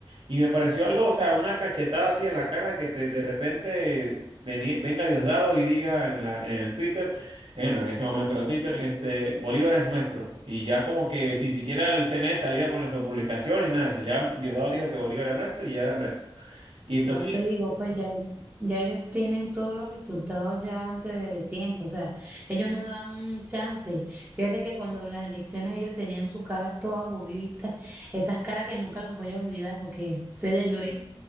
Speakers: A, on the right (about 65°); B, on the right (about 20°).
A: Y me pareció algo, o sea, una cachetada así en la cara que te, de repente veni- venga Diosdado y diga en, la- en el Twitter, bueno, en ese momento era Twitter, este, Bolívar es nuestro. Y ya como que sin siquiera el CNE saliera por nuestras publicaciones, nada de eso. Ya Diosdado dijo que Bolívar era nuestro y ya era nuestro. Y entonces
B: No te digo, pues ya, ya ellos tienen todos los resultados ya antes de tiempo, o sea, ellos no dan chance. Fíjate que cuando las elecciones ellos tenían sus caras todas burlistas, esas caras que nunca las voy a olvidar porque ese día lloré,